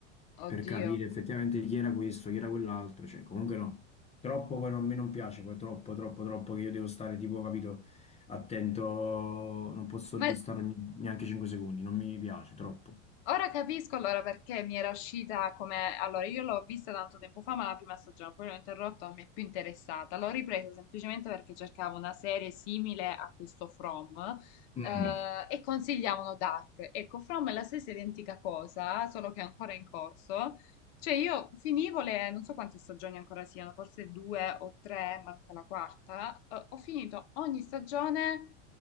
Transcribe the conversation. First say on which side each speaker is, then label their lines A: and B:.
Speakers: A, on the left; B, on the left.
A: per
B: Oddio,
A: capire effettivamente chi era questo, chi era quell'altro, cioè comunque no, troppo poi non, a me non piace, poi troppo, troppo, troppo che io devo stare tipo, capito, attento, non posso
B: ma
A: distrarmi neanche 5 secondi, non mi piace, troppo.
B: Ora capisco allora perché mi era uscita come... Allora, io l'ho vista tanto tempo fa, ma la prima stagione, poi l'ho interrotta, non mi è più interessata. L'ho ripresa semplicemente perché cercavo una serie simile a questo From,
A: Mm.
B: eh, e consigliavano Dark. Ecco, From è la stessa identica cosa, solo che è ancora in corso. Cioè, io finivo le... non so quante stagioni ancora siano, forse due o tre, manca la quarta. eh, ho finito ogni stagione